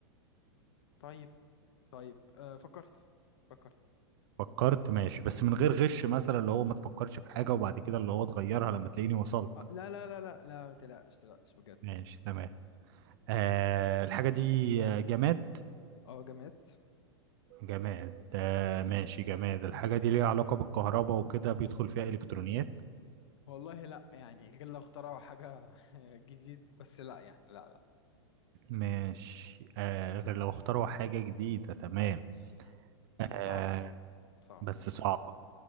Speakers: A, on the left; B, on the right.
A: طيب طيب أه فكرت فكرت
B: فكرت ماشي بس من غير غش مثلا اللي هو ما تفكرش في حاجه وبعد كده اللي هو تغيرها لما تلاقيني وصلت
A: آه، لا لا لا لا لا ما تقلقش ما تقلقش بجد
B: ماشي تمام آه الحاجه دي آه، جماد
A: اه جماد
B: جماد آه ماشي جماد الحاجة دي ليها علاقة بالكهرباء وكده بيدخل فيها إلكترونيات
A: والله لا يعني غير لو اخترعوا حاجة <laughs> جديد بس لا يعني لا لا
B: ماشي آه غير لو اختاروا حاجة جديدة تمام
A: مم. بس
B: آه
A: صعب صعب
B: بس
A: يعني
B: صعبة